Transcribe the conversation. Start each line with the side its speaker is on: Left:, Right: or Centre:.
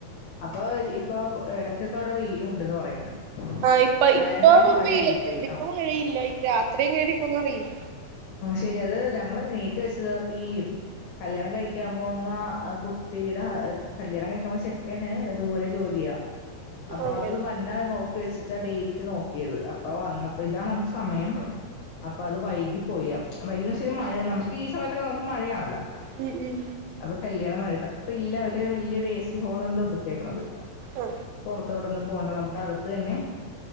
Left: അപ്പൊ ഇപ്പൊ ഇടക്കൊക്കെ അവിടെ വെയിലും ഉണ്ടന്ന് പറയുന്നുണ്ട്
Right: ആ ഇപ്പ
Left: കല്യാണ
Right: ഇപ്പൊ
Left: ടൈം
Right: ഒരു
Left: മഴയായി
Right: വെയിലൊക്കെ
Left: പോയി
Right: ഉണ്ട്
Left: ആ
Right: ഇപ്പൊ മഴയില്ല ഇത് രാത്രിയും എങ്ങനെയായിരിക്കൊന്നും അറിയില്ല
Left: ശെരി അത് ഞങ്ങള് നീട്ടി വെച്ചതാ അപ്പീ ഈ കല്യാണം കഴിക്കാൻ പോകുന്ന ആ കുട്ടിയുടെ കല്യാണം കഴിക്കുന്ന ചെക്കന് ദൂരെ ജോലിയാ അപ്പൊ
Right: ഉണ്ട്
Left: അത് വന്ന നോക്കി വെച്ചിട്ടാ ഡേറ്റ് റ്റി നോക്കിയത് അപ്പ വന്നപ്പോ ഇതാണ് നുക്ക് സമയം അപ്പൊ അത് വൈകി പോയി വൈകിന്ന് വെച്ചാൽ മഴ നമുക്ക് ഈ സമയത്തൊക്കെ നമുക്ക് മഴയാണല്ലോ
Right: ഉം ഉം
Left: അപ്പൊ കല്യാണം മഴ അപ്പ ഇല്ല അവര് വലിയൊരു എ സി ഹോൾ എന്താ എടുത്തേക്കണത്
Right: ആ
Left: പൊറത്തോട്ടൊന്നും പോണ്ട നമുക്ക് അകത്ത് തന്നെ